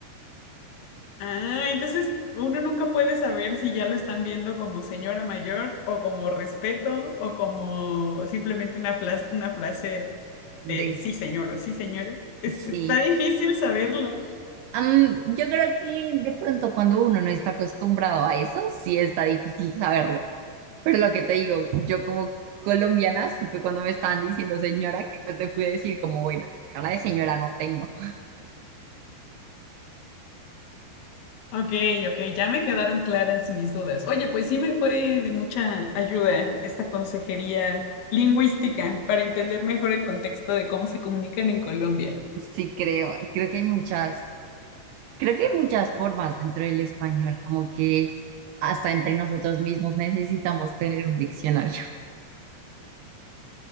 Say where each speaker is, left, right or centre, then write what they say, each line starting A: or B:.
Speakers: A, on the left (about 85°); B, on the right (about 85°).
A: Ah, entonces uno nunca puede saber si ya lo están viendo como señora mayor o como respeto o como simplemente una flas- una frase
B: <laughs>
A: de
B: Des-
A: sí señor o sí señora. Es-
B: sí.
A: está difícil saberlo.
B: Am, yo creo que de pronto cuando uno no está acostumbrado a eso, sí está difícil saberlo. Pero lo que te digo, yo como colombiana supe cuando me estaban diciendo señora que pues le pude decir como, bueno, cara de señora no tengo.
A: Ok, ok, ya me quedaron claras mis dudas. Oye, pues sí me fue de mucha ayuda esta consejería lingüística para entender mejor el contexto de cómo se comunican en Colombia.
B: Sí creo, creo que hay muchas, creo que hay muchas formas dentro del español, como que hasta entre nosotros mismos necesitamos tener un diccionario. <laughs>